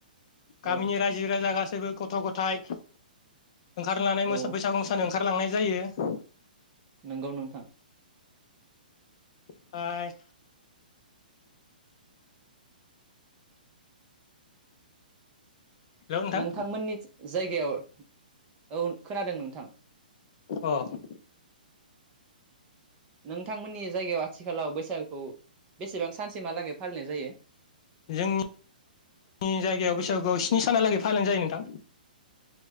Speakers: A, on the left; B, on the right.
A: गामिनि
B: औ
A: रायजो राजा गास गासैबो गथ' गथाइ ओंखारनानै मोसौ
B: औ
A: बैसागु मोसानो ओंखारलांनाय जायो।
B: नंगौ नोंथां
A: फाय हेलौ नोंथां
B: नोंथांमोननिथिं जायगायाव औ खोनादों नोंथां।
A: अ ।
B: नोंथांमोननि जायगायाव आथिखालाव बैसागुखौ बेसेबां सानसेमहालागै फालिनाय जायो?
A: जोंनि जायगायाव बैसागुआव स्नि सानालागै फालिनाय जायो नोंथां।